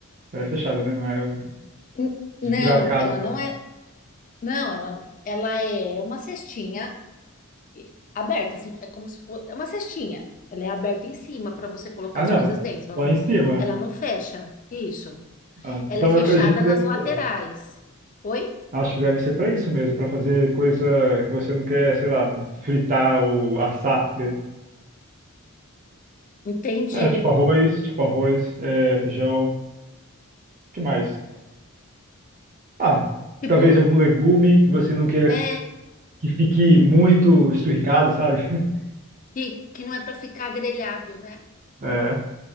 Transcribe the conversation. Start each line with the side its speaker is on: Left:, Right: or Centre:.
Right: Ela é fechada, né? Não é
Left: N- Não,
Right: esburacada,
Left: ela
Right: não.
Left: não é. Não, ela, ela é uma cestinha e- aberta, assim, é como se fosse. É uma cestinha. Ela é aberta em cima para você colocar
Right: Ah,
Left: as
Right: não.
Left: coisas dentro. Ela,
Right: Lá em cima.
Left: ela não fecha. Isso.
Right: Ah,
Left: Ela
Right: então
Left: é fechada
Right: eu acredito que
Left: nas
Right: deve
Left: laterais.
Right: ser.
Left: Oi?
Right: Acho que deve ser para isso mesmo, para fazer coisa que você não quer, sei lá, fritar ou assar dentro.
Left: Entendi.
Right: É, tipo arroz, tipo arroz, é, feijão, o que mais? Ah,
Left: Tipo,
Right: talvez algum legume que você não queira
Left: é,
Right: que fique muito esturricado, sabe? <laughs>
Left: que, que não é para ficar grelhado, né?
Right: É.